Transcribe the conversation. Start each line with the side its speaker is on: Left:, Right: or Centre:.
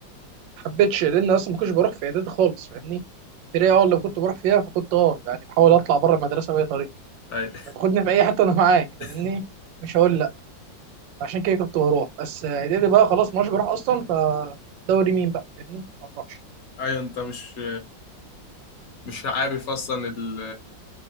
Right: حبيتش لان اصلا ما كنتش بروح في اعدادي خالص فاهمني ابتدائي اه لو كنت بروح فيها فكنت اه يعني بحاول اطلع بره المدرسه باي طريقه
Left: أيوة.
Right: تاخدني في اي حته انا معاك
Left: <laughs>
Right: فاهمني مش هقول عشان كده كنت بروح بس اعدادي بقى خلاص ما عادش بروح اصلا فدوري مين بقى فاهمني ما بروحش
Left: ايوه انت مش مش عارف اصلا ال